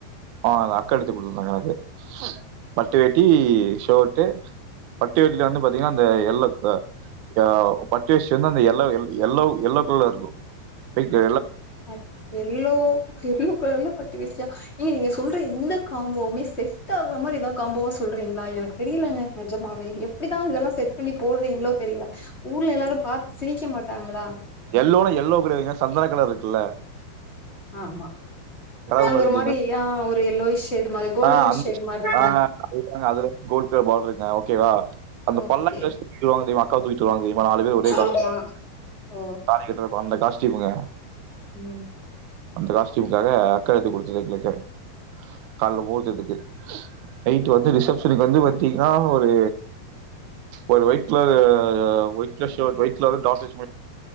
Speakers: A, on the right (about 85°); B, on the left (about 20°).
A: வாங்குனதா பட்டு எடுத்துக் கொடுத்திருந்தாங்க எனக்கு பட்டு வேட்டி ஷர்ட்டு பட்டு வேட்டியில வந்து பாத்தீங்கன்னா அந்த யெல்லக் அஹ் பட்டு வேஷ்டியில வந்து அந்த எல்லோ எல்லோ எல்லோக் கலர் இருக்கும் போயிட்டு
B: அஹ் எல்லோ எல்லோக் கலர்ல பட்டு வேஷ்டியா ஏங்க நீங்க சொல்ற எந்த காம்போமே செட் ஆ ஆகுற மாரி ஏதாவது காம்போவா சொல்றீங்களா எனக்கு தெரியலைங்க நெஜமாவே எப்டிதா இதெல்லா செட் பண்ணி போட்றீங்களோ தெரில ஊர்ல எல்லாரு பாத்து சிரிக்க மாட்டாங்களா
A: எல்லோனா எல்லோ கெடையாதுங்க சந்தன கலர்ருக்குல்ல
B: ஆமா அது
A: ஒண்ணு இருக்கு
B: ஒரு
A: தெரியுங்களா?
B: மாரி ஆ ஒரு எல்லோயிஷ் ஷேடு மாரி கோல்டன்
A: ஆ அந்த
B: ஷேடு
A: ஷே
B: மாரி இருக்குங்க
A: ஆ ஆ அது கோல்டு ல்டன் பாட்ருங்க ஓகேவா அந்த
B: ஓகே
A: பல்லக்குல வச்சி தூக்கிட்டு வரவாங்க தெரியுமா அக்காவ தூக்கிட் வருவாங்க <unintelligible> நாங்க நாலு பேரும் ஒரே காஸ்ட்டியூம்ல
B: ஆமா ஓ
A: தாலிய கட்டுறப் அந்த காஸ்டியூமுங்க
B: ம்
A: அந்த காஸ்ட்டியூம்காக அக்கா எடுத்து குடுத்தது எங்களுக்கு கால் ல முகூர்த்தத்துக்கு நைட்டு வந்து ரிசப்ஷனுக்கு வந்து பாத்தீங்னா ஒரு ஒரு ஒயிட் கலர்ரு ஆ ஒயிட் கலர் ஷர்ட் ஒயிட்ல டார்ட் வச்சி